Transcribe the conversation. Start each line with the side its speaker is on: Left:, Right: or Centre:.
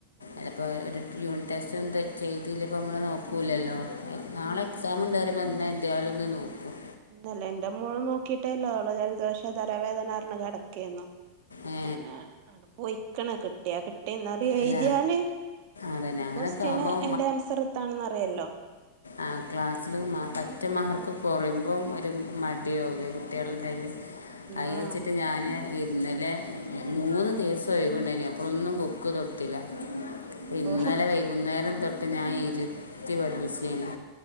Right: ആഹ്
Left: അലപ്പോ ഒരു <unintelligible> യൂണിറ്റ് ടെസ്റ്റ് ഒന്നും <unintelligible> ചെയ്തില്ല ഇപ്പോൾ നമ്മൾ നോക്കൂല്ലല്ലോ എന്നാളെ എക്സാം ഉണ്ടെന്ന് പറയുമ്പോ എന്നാ എന്തായാലും ഒന്ന് നോക്കും
Right: ഇല്ല ഇന്റെ മോള് നോക്കിട്ടേല്ലാ അവള് ജലദോഷാ തലവേദനാന്നുപറഞ്ഞ് കെടക്കയിരുന്നു
Left: ഏ,
Right: പിന്നെ അങ്ങട് പോയിക്ക്ണ് കിട്ടിയ കിട്ടി എന്നാൽ എഴുതിയാല്
Left: അല്ല അതന്നെ
Right: ഒരു
Left: അങ്ങനെയൊക്കെ
Right: ക്യുഎസ്ടിയൻ
Left: ആകുമ്പോൾ
Right: അതിന്റെ ആൻസർ എത്താണെന്ന് അറിയല്ലോ
Left: ആ ക്ലാസ്സില് പറ്റ മാർക്ക് കുറയുമ്പം ഒരു മടിയാവൂലെ കുട്ടികള്ടെടയിൽ അയ്
Right: ആഹ്
Left: വിചാരിച്ചിട്ട് ഞാന് ഇന്നലെ മൂന്ന് ദിവസം ഒഴിവിൻണ്ടായിനി അപ്പളൊന്നും ബുക്ക് തൊട്ടീല്ല ഇന്നലെ
Right: ഓഹ്
Left: വൈകുന്നേരം തൊട്ട് ഞാൻ ഇരുത്തി പഠിപ്പിച്ചെനി